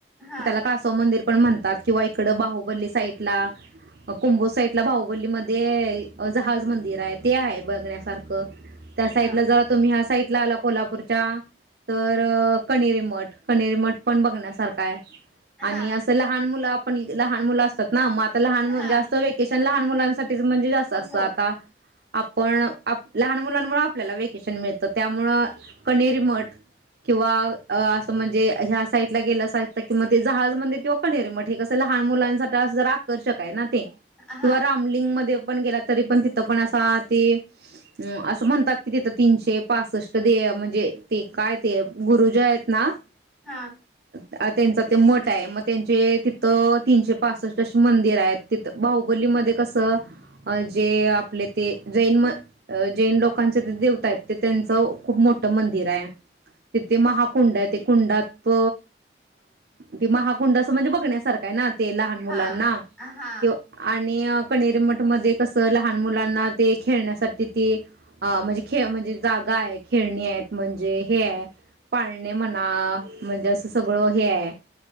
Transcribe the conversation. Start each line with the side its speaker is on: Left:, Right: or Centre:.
Centre: हा
Right: त्याला कासव मंदिर पण म्हणतात किंवा इकड बाहुबली साईडला कुंभोज साईडला बाहुबली मध्ये जहाज मंदिर आहे ते आहे बघण्यासारखं त्या साईड
Centre: हा
Right: ला जरा तुम्ही ह्या साईट ला आला कोल्हापूरच्या तर कनेरीमठ कनेरी मठ पण बघण्यासारखा आहे आणि
Centre: हा
Right: असं लहान मुलं आप पण लहान मुलं असतात ना म लहान
Centre: हा
Right: मूल जास्त वेकेशन लहान मुलांसाठी तिज म्हणजे अस असत
Centre: हो.
Right: आपण आप लहान मुलांमूळ आपल्याला वेकेशन मिळतं त्यामुळं कनेरीमठ किंवा अ असं म्हणजे ह्या साईड ला गेला सा किं ते जहाज मंदिर किंवा कनेरी मठ हे कस लहान मुलांसाठी असं जरा आकर्षक आहे ना हे
Centre: हा
Right: किंवा रामलिंग मध्ये आपण गेला तरी पण तिथं पण असा ते अ असं म्हणतात कि तिथं तीनशे पासष्ट देव म्हणजे ते काय ते गुरुजी आहेत ना
Centre: हा
Right: त्यांचा ते मठ आहे मग त्यांचे तिथे तीनशे पासष्ट अशी मंदिर आहेत. तिथ बाहुबली मध्ये कसं जे आपले ते जैन म जैन लोकांचे, ते तिथं तिथं तीनशे पासष्ट अशी मंदिर आहेत. तिथं बा हुबलीमध्ये कसं जे आपले ते जैन लोकांचे ज्या देवता आहेत. ते त्यांच खूप मोठ मंदिर आहे तिथे महाकुंड आहे, ते कुंडात ते महाकुंड असं म्हणजे बघण्यास सार का आहे ना <unintelligible> ते लहान मुलांना
Centre: हा हा
Right: किंवा आणि अ कनेरीमठ मध्ये कसं लहान मुलांना ते खेळण्यासाठी ती अ म्हणजे खेळ म्हणजे जागा आहे खेळणी आहेत म्हणजे हे हाय पाळणे म्हणा म्हणजे असं सगळं हे आहे